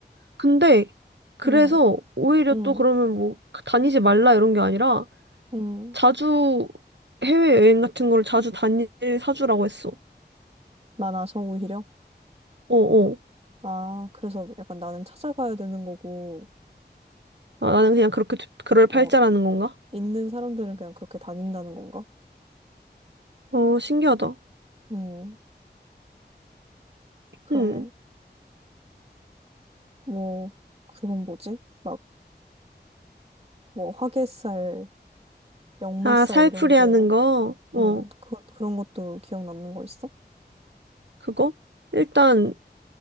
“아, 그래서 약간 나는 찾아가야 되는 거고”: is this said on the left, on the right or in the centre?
Right